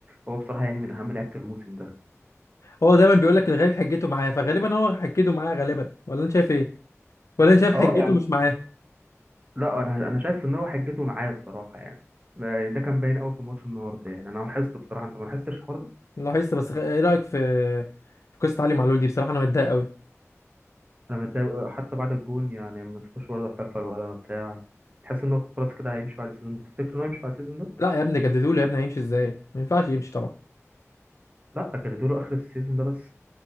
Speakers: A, on the right; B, on the left.
A: هو بصراحة يعني من أهم لعيبة الموسم ده
B: هو دايما بيقول لك الغريب حجته معاه فغالبا هو حجته معاه غالبا ولا انت شايف ايه ولا انا شايف حجته
A: اه
B: مش معاه
A: لا انا انا شايف ان هو حجته معاه بصراحه يعني يعني ده كان باين قوي في ماتش النهارده يعني انا لاحظت بصراحه انت ما لاحظتش الحوار ده
B: لاحظت بس خ- ايه رايك في في قصه علي معلول دي بصراحه انا متضايق قوي
A: انا متضايق أوي، حتى بعد الجون يعني ما شفتوش برضه احتفل ولا بتاع تحس انه خلاص كده هيمشي بعد السيزون ده تفتكر انه هيمشي بعد السيزون ده
B: لا يا ابني جددوا له يا ابني هيمشي ازاي ما ينفعش يمشي طبعا
A: لا جددوا له اخر السيزون ده بس